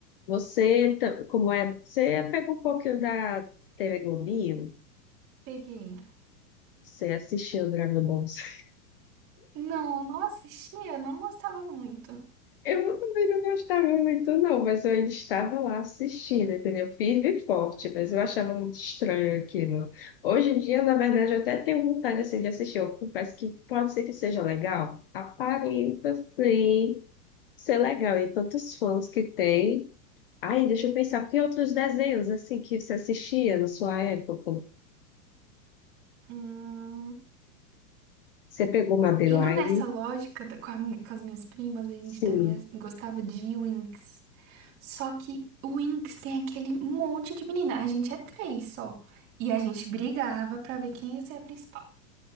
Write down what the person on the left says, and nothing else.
Você, ta- como é? Você pega um pouquinho da Telegominho,
você assistiu o Dragon Ball Z. <laughs>
Eu também não gostava muito, não, mas eu ainda estava lá assistindo, entendeu? Firme e forte, mas eu achava muito estranho aquilo. Hoje em dia, na verdade, eu até tenho vontade, assim, de assistir. Eu confesso que pode ser que seja legal. Aparenta, sim. Isso é legal, e tantos fãs que tem. Ai, deixa eu pensar, que outros desenhos assim que você assistia na sua época?
Você pegou uma Madeline?
Sim.